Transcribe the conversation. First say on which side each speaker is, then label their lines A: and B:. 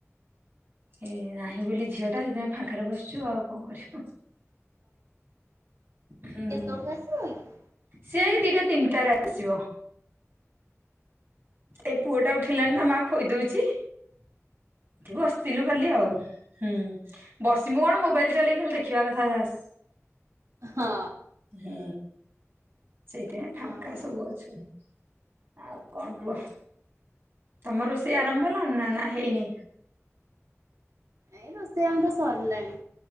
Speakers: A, on the right; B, on the right.
A: ଏ ନାହିଁ ବୋଲି ଝିଅଟା ସେଥିପାଇଁ ଫାଙ୍କାରେ ବସିଛୁ। ଆଉ କଣ କରିବୁ? ହୁଁ।
B: କେତେବେଳକୁ ଆସିବ କି?
A: ସେଇ ଦିଟା ତିନିଟାରେ ଆସିବ। ଏ ପୁଅଟା ଉଠିଲାଣି ନା ମା ଖୋଇଦଉଛି। ଏଇଠି ବସ ଥିଲୁ ଖାଲି ଆଉ। ହୁଁ ବସିମୁ କଣ ମୋବାଇଲ ଚଲେଇକି ଖଲି ଦେଖିବା କଥା ଖାସ୍।
B: ହଁ।
A: ହୁଁ। ସେଇଥି ପାଇଁ ଫାଙ୍କା
B: ଆଉ
A: ସବୁ ଅଛୁ। ଆଉ କଣ କୁହ? ତମ ରୋଷେଇ ଆରମ୍ଭ ହେଲଣି ନା ନା ହେଇନି?
B: ଏ ରୋଷେଇ ଆମର ସରିଲାଣି।